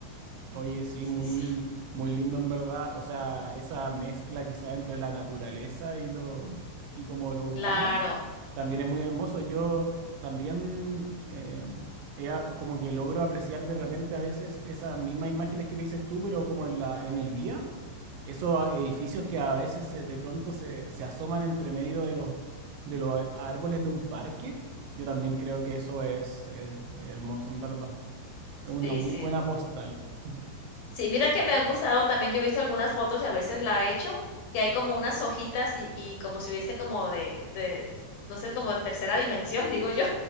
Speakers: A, on the right; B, on the left.
A: Oye, sí,
B: sí,
A: muy,
B: sí.
A: muy lindo en verdad. O sea, esa mezcla quizá entre la naturaleza y lo, y como lo urbano,
B: Claro,
A: también es muy hermoso. Yo también eh, he a- como que logro apreciar de repente a veces esas mismas imágenes que me dices tú, pero como en la, en el día. Esos a- edificios que a veces se- de pronto se, se asoman entre medio de los, de los eh, árboles de un parque. Yo también creo que eso es es hermoso, en verdad. Es una
B: sí,
A: muy
B: sí.
A: buena postal. <laughs>
B: Sí, mira que me ha gustado también, yo he visto algunas fotos y a veces la he hecho, que hay como unas hojitas y y como si hubiese como de de, no sé, como de tercera dimensión, <laughs> digo yo,